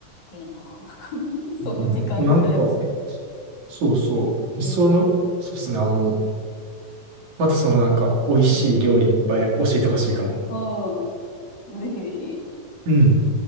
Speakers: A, on the left; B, on the right.
A: いいな。<laughs> その時間羨ましい。
B: うん。なんか、そうそう。
A: うん。
B: その、
A: う
B: そうですね。あの、またそのなんか、美味しい料理いっぱい教えてほしいかも。
A: ん。うん。ぜひぜひ。
B: うん。